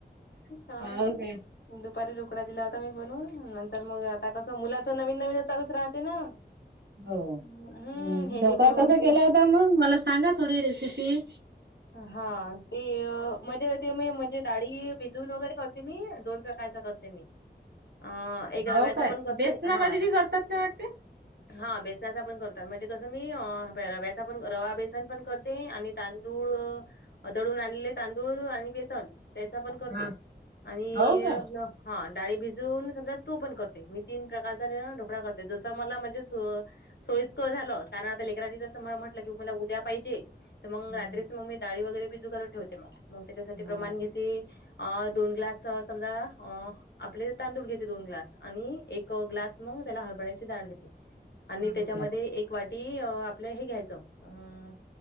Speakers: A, on the right (about 70°); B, on the left (about 70°).
A: हो
B: हा.
A: काय
B: दुपारी ढोकडा दिला होता मी बनून नंतर मग आता कसं मुलाच नवीन नवीन चालूच राहते ना.
A: हो्
B: हम्म हे
A: ढोकळा
B: दे बनवून
A: कसा
B: ते
A: केला होता मग मला सांगा थोडी रेसिपी?
B: हा ते. ते म्हणजे ते म म्हणजे डाळी भिजून वगैरे करते मी दोन प्रकारच्या करते मी. अ एक
A: हाव
B: रव्याचा
A: काय
B: पण करते
A: बेसना
B: हा
A: मधून बी करतात का वाटते ते?
B: हा बेसनाचा पण करतात म्हणजे कसं मी रव्याचा रवा बेसन पण करते आणि तांद अ दळून आणलेले तांदूळ आणि बेसन. त्याचा पण करते
A: हा
B: आणि
A: हो काय.
B: हा डाळी भिजून समजा तो पण करते मी तीन प्रकारचा ढोकळा करते जस समजा म्हणजे सोयस्कर झालं कारण आता लेकरांनी म्हटलं कि मला उद्या पाहिजे. तर मग
A: हम्म.
B: रात्रीच मंग डाळी वगैरे भिजू घालून ठेवते म मग त्याच्यासाठी
A: हो
B: प्रमाण घेते ते अ दोन ग्लास समजा अ आपले तांदूळ घेते दोन ग्लास आणि एक ग्लास मग त्याला हरभळ्याची डाळ घेते. आणि त्याच्यामध्ये
A: हो काय.
B: एक वाटी अ आपल्या हे घ्यायचं अ